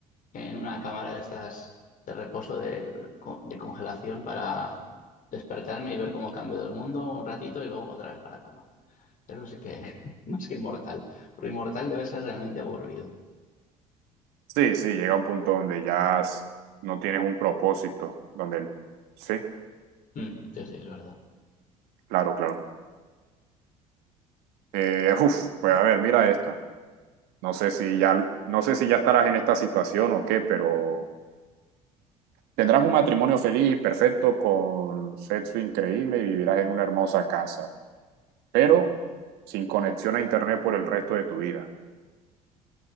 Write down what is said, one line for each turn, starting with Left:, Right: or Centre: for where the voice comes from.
Left: en una cámara de estas de reposo, de, con- de congelación para despertarme y ver cómo cambio el mundo un ratito y luego otra vez para la cama. Eso sí que <laughs> más que inmortal. Pero inmortal debe ser realmente aburrido.
Right: Sí, sí, llega un punto donde ya s- no tienes un propósito, donde... el- Sí,
Left: Mm, sí, sí, es verdad.
Right: claro, claro. Eh, uf, pues a ver, mira esta. No sé si ya, no sé si ya estarás en esta situación o qué, pero tendrás un matrimonio feliz y perfecto con sexo increíble y vivirás en una hermosa casa, pero sin conexión a internet por el resto de tu vida.